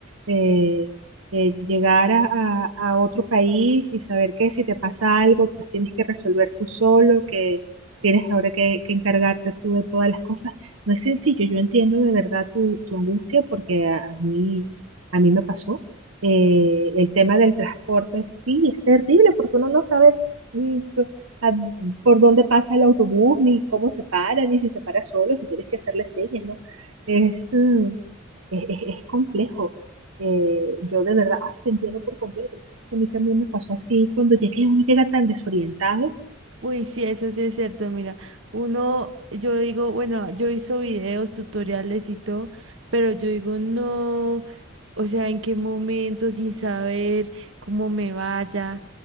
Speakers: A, on the right; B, on the right.
A: Eh, eh, llegar a, a- a otro país y saber que si te pasa algo, pues tienes que resolver tú solo, que tienes ahora que, que encargarte tú de todas las cosas. No es sencillo, yo entiendo de verdad tu, tu angustia porque a, a mí, a mí me pasó. Eh, el tema del transporte, sí, es terrible porque uno no sabe mm, p- a- por dónde pasa el autobús, ni cómo se para, ni si se para solo, si tienes que hacerle señas, ¿no? Es, mm, es, es- es complejo eh, yo de verdad, ay, te entiendo por completo, porque es que a mí también me pasó así, cuando llegué uno llega tan desorientado,
B: Uy, sí, eso sí es cierto, mira, uno, yo digo, bueno, yo he visto videos, tutoriales y todo, pero yo digo, no, o sea, en qué momento, sin saber cómo me vaya,